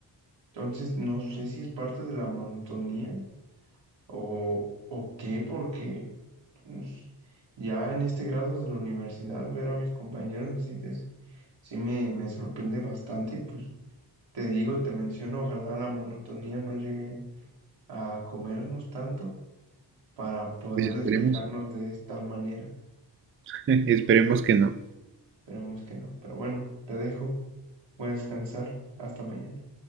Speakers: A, on the right; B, on the right.
A: Entonces, no sé si es parte de la monotonía o, o qué, porque pues, ya en este grado de la universidad ver a mis compañeros así te- sí me, me sorprende bastante y pues te digo, te menciono, ojalá la monotonía no llegue a comernos tanto para poder
B: Pues esperemos.
A: despejarnos de tal manera.
B: <laughs> Esperemos que no.
A: Esperemos que no, pero bueno, te dejo, voy a descansar, hasta mañana.